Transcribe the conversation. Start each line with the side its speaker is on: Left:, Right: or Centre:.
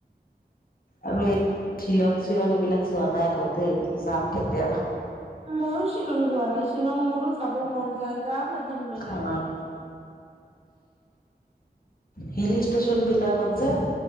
Left: আৰু এই শ্বিলং-শ্বিলং এইবিলাক যোৱা নাই আকৌ দেই যাম কেতিয়াবা।
Right: ময়ো শ্বিলং যোৱা নাই শ্বিলং মোৰো যাব মন যায় যাম এদিন মিলাই
Left: অ
Right: পেলাই।
Left: হিল ষ্টেশ্যন বিলাকত যে।